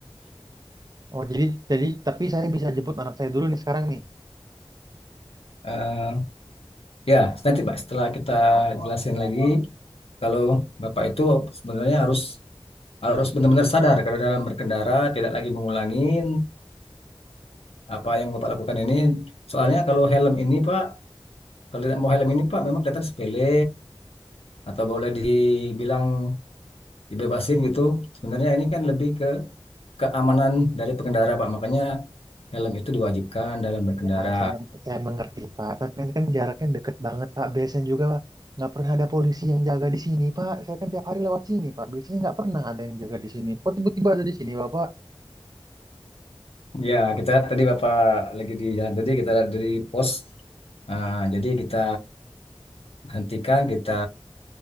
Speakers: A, on the right; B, on the left.
A: Oh, jadi jadi tapi saya bisa jemput anak saya dulu nih sekarang nih.
B: Eh, ya, nanti Pak setelah kita jelasin lagi kalau Bapak itu sebenarnya harus harus benar-benar sadar karena dalam berkendara tidak lagi mengulangin apa yang Bapak lakukan ini. Soalnya kalau helm ini Pak, kalau tidak mau helm ini Pak memang kelihatan sepele atau boleh dibilang dibebasin gitu. Sebenarnya ini kan lebih ke keamanan dari pengendara, Pak. Makanya helm itu diwajibkan dalam berkendara.
A: Iya, saya saya mengerti, Pak. Tapi ini kan jaraknya deket banget, Pak. Biasanya juga nggak pernah ada polisi yang jaga di sini, Pak. Saya kan tiap hari lewat sini, Pak. Biasanya nggak pernah ada yang jaga di sini. Kok tiba-tiba ada di sini, Bapak?
B: Ya, kita tadi Bapak lagi di jalan tadi kita lihat dari pos. Nah, jadi kita hentikan, kita